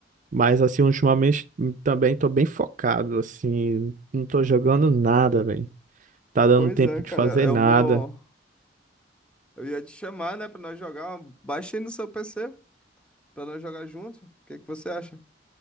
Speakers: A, on the right; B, in the centre.
A: Mas, assim, ultimamente também tô bem focado, assim. Não tô jogando nada, velho. Tá dando
B: Pois
A: tempo
B: é,
A: de
B: cara.
A: fazer
B: Eu
A: nada.
B: vou. Eu ia te chamar, né, pra nós jogar. uma- Baixa aí no seu PC pra nós jogar junto. O que que você acha?